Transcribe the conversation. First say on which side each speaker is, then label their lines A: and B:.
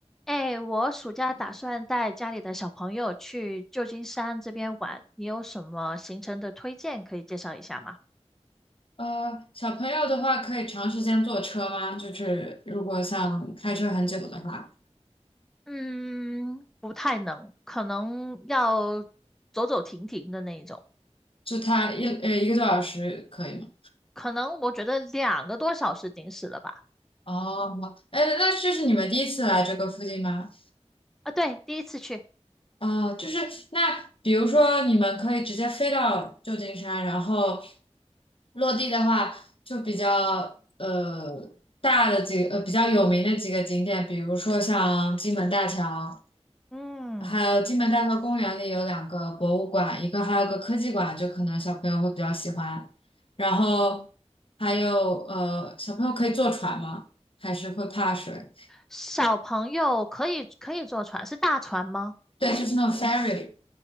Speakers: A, in the centre; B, on the left.
A: 哎，我暑假打算带家里的小朋友去旧金山这边玩，你有什么行程的推荐可以介绍一下吗？
B: 呃，小朋友的话可以长时间坐车吗？就是如果像开车很久的话，
A: 嗯，不太能，可能要走走停停的那一种，
B: 就他一呃一个多小时可以吗？
A: 可能我觉得两个多小时顶死了吧。
B: 哦，哎，那这是你们第一次来这个附近吗？
A: 啊，对，第一次去，
B: 哦，就是那比如说你们可以直接飞到旧金山，然后落地的话就比较呃大的几个呃比较有名的几个景点，比如说像金门大桥。
A: 嗯，
B: 还有金门大桥公园里有两个博物馆，一个还有个科技馆，就可能小朋友会比较喜欢。然后还有呃，小朋友可以坐船吗？还是会怕水？
A: 小朋友可以可以坐船，是大船吗？
B: 对，就是那种 ferry。